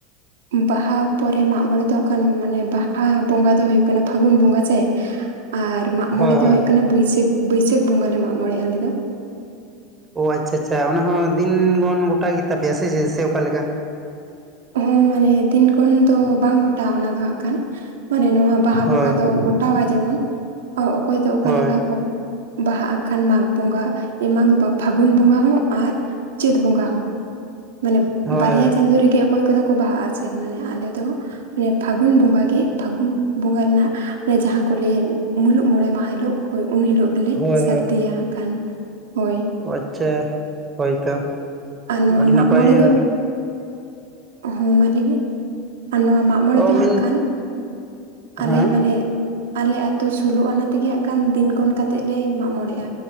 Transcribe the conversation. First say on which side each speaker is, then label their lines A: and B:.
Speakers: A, on the right; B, on the right.
A: ᱵᱟᱦᱟ ᱯᱚᱨᱮ ᱢᱟᱜ ᱢᱚᱬᱮ ᱫᱚ ᱟᱠᱷᱟᱱ ᱢᱟᱱᱮ ᱵᱟᱦᱟ ᱵᱚᱸᱜᱟ ᱫᱚ ᱦᱩᱭᱩᱜ ᱠᱟᱱᱟ ᱯᱷᱟᱹᱜᱩᱱ ᱵᱚᱸᱜᱟ ᱥᱮ? ᱟᱨ ᱢᱟᱜᱽ ᱢᱚᱬᱮ
B: ᱦᱳᱭ
A: ᱫᱚ
B: ᱦᱳᱭ
A: ᱦᱩᱭᱩᱜ ᱠᱟᱱᱟ ᱵᱟᱹᱭᱥᱟᱹᱠᱷ ᱵᱟᱹᱭᱥᱟᱹᱠᱷ ᱵᱚᱸᱜᱟ ᱞᱮ ᱢᱟᱜᱽ ᱢᱚᱬᱮᱜᱼᱟ ᱟᱞᱮ ᱫᱚ᱾
B: ᱚ ᱟᱪᱪᱷᱟ ᱟᱪᱪᱷᱟ ᱚᱱᱟ ᱦᱚᱸ ᱫᱤᱱ ᱜᱚᱱ ᱜᱚᱴᱟ ᱜᱮ ᱛᱟᱯᱮᱭᱟ ᱥᱮ ᱪᱮᱫ ᱥᱮ ᱚᱠᱟ ᱞᱮᱠᱟ?
A: ᱦᱚᱸ ᱢᱟᱱᱮ ᱫᱤᱱᱜᱚᱱ ᱫᱚ ᱵᱟᱝ ᱜᱚᱴᱟᱜᱼᱟ ᱚᱱᱟ ᱫᱚ ᱦᱟᱸᱜ ᱠᱷᱟᱱ ᱢᱟᱱᱮ ᱱᱚᱣᱟ ᱵᱟᱦᱟ
B: ᱦᱳᱭ
A: ᱵᱚᱸᱜᱟ ᱫᱚ ᱜᱚᱴ ᱴᱟᱣᱟ ᱡᱮᱢᱚᱱ ᱚᱠᱚᱭ ᱫᱚ ᱚᱠᱟ
B: ᱦᱳᱭ
A: ᱞᱮᱠᱟ ᱠᱚ ᱵᱟᱦᱟᱜ ᱟᱜ ᱠᱷᱟᱱ ᱢᱟᱜᱽ ᱵᱚᱸᱜᱟ ᱮ ᱢᱟᱜᱽ ᱫᱚ ᱵᱟᱝ ᱯᱷᱟᱹᱜᱩᱱ ᱵᱚᱸᱜᱟ ᱦᱚᱸ ᱟᱨ ᱪᱟᱹᱛ ᱵᱚᱸᱜᱟ ᱦᱚᱸ ᱢᱟᱱᱮ
B: ᱦᱳᱭ
A: ᱵᱟᱨᱭᱟ ᱪᱟᱸᱫᱳ ᱨᱮᱜᱮ ᱚᱠᱚᱭ ᱠᱚᱫᱚ ᱠᱚ ᱵᱟᱦᱟᱜᱼᱟ ᱥᱮ ᱢᱟᱱᱮ ᱟᱞᱮ ᱫᱚ ᱚᱱᱮ ᱯᱷᱟᱹᱜᱩᱱ ᱵᱚᱸᱜᱟ ᱜᱮ, ᱯᱷᱟᱹᱜᱩᱱ ᱵᱚᱸᱜᱟ ᱨᱮᱱᱟᱜ ᱚᱱᱮ ᱡᱟᱦᱟᱸ ᱠᱚ ᱞᱟᱹᱭ, ᱢᱩᱞᱩᱜ ᱢᱚᱬᱮ ᱢᱟᱦᱟ ᱦᱤᱞᱳᱜ᱾ ᱦᱳᱭ ᱩᱱ ᱦᱤᱞᱳᱜ ᱜᱮᱞᱮ
B: ᱦᱳᱭ
A: ᱥᱟᱹᱨᱫᱤᱭᱟ ᱦᱟᱸᱜ ᱠᱷᱟᱱ, ᱦᱳᱭ᱾
B: ᱚ ᱟᱪᱪᱷᱟ ᱦᱳᱭ ᱛᱚ
A: ᱟᱨ ᱱᱚᱣᱟ
B: ᱟᱹᱰᱤ ᱱᱟᱯᱟᱭᱼᱟ᱾
A: ᱢᱟᱜ ᱢᱚᱬᱮ ᱫᱚ ᱦᱚᱸ ᱢᱟ ᱞᱟᱹᱭ ᱢᱮ, ᱟᱨ ᱱᱚᱣᱟ ᱢᱟᱜ ᱢᱚᱬᱮ
B: ᱚ
A: ᱫᱚ
B: ᱢᱮᱱ
A: ᱦᱟᱸᱜ ᱠᱷᱟᱱ ᱟᱞᱮ
B: ᱦᱮᱸ
A: ᱢᱟᱱᱮ ᱟᱞᱮ ᱟᱛᱳ ᱥᱳᱞᱳ ᱚᱱᱟ ᱛᱮᱜᱮ ᱦᱟᱸᱜ ᱠᱷᱟᱱ ᱫᱤᱱ ᱜᱚᱱ ᱠᱟᱛᱮᱫ ᱞᱮ ᱢᱟᱜ ᱢᱚᱬᱮᱜᱼᱟ,